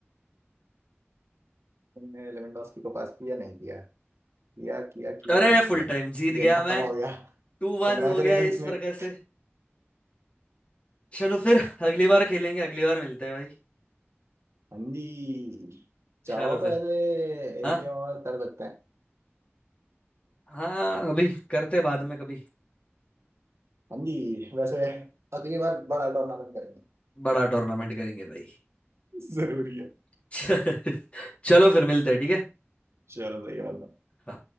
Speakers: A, on the right; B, on the left.
A: तुमने लेवेंडोस्की को पास किया नहीं किया किया किया किया
B: अरे
A: नहीं किया
B: फुल टाइम जीत गया
A: गेम खत्म
B: मैं
A: हो गया
B: टू वन
A: Congratulation
B: हो गया इस प्रकार
A: met
B: से चलो फिर अगली बार खेलेंगे अगली बार मिलते हैं भाई
A: हाँ जी
B: चलो
A: चाहो
B: फिर
A: तो ऐसे
B: हाँ
A: एक गेम और कर सकते हैं।
B: हाँ अभी करते बाद में कभी
A: हाँ जी वैसे अगली बार बड़ा टूर्नामेंट करेंगे
B: बड़ा टूर्नामेंट करेंगे भाई
A: जरूरी है
B: <laughs> चलो फिर मिलते हैं ठीक
A: चलो सही बात है
B: है